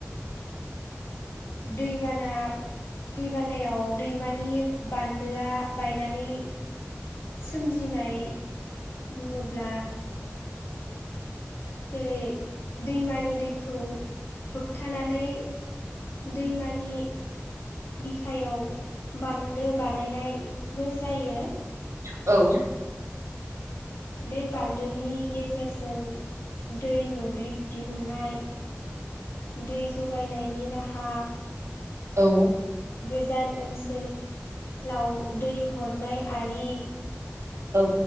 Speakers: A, on the left; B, on the right.
A: दैबाना दै बानायाव दैमानि बान्दोआ बायनानै सोमजिनाय बुङोब्ला जेरै दैमानि दैखौ होबथानानै दैमानि बिखायाव बान्दो बानायनाय बो जायो
B: औ
A: बे बान्दोनि गेजेरजों दै मोब्लिब दिहुननाय दै जगायनायनि राहा
B: औ
A: गोजान ओनसोलाव दै हरनाय आरि
B: औ